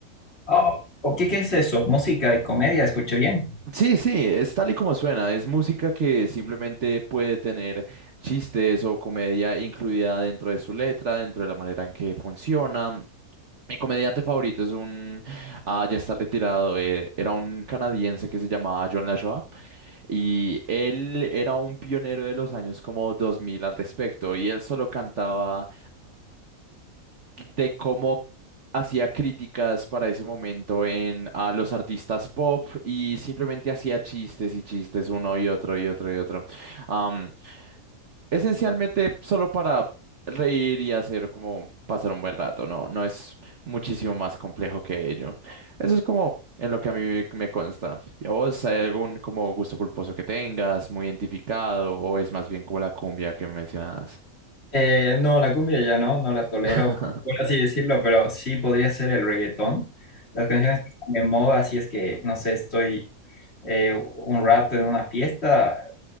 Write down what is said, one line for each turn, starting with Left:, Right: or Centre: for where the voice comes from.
Left: Oh, ¿o qué, qué es eso? ¿Música y comedia? ¿Escuché bien?
Right: Sí, sí, es tal y como suena, es música que simplemente puede tener chistes o comedia incluida dentro de su letra, dentro de la manera en que funciona. Mi comediante favorito es un, ah, ya está retirado, eh, era un canadiense que se llamaba John LaJoie y él era un pionero de los años como 2000 al respecto y él solo cantaba de cómo hacía críticas para ese momento en a los artistas pop y simplemente hacía chistes y chistes uno y otro y otro y otro. Am, esencialmente solo para reír y hacer como pasar un buen rato, no, no es muchísimo más complejo que ello. Eso es como en lo que a mí me consta. ¿Y a vos hay algún como gusto culposo que tengas, muy identificado, o es más bien como la cumbia que mencionabas?
Left: Eh, no, la cumbia ya no, no la tolero,
Right: <laughs>
Left: por así decirlo, pero sí podría ser el reggaetón. Las canciones que están de moda, si es que, no sé, estoy eh, un rato en una fiesta,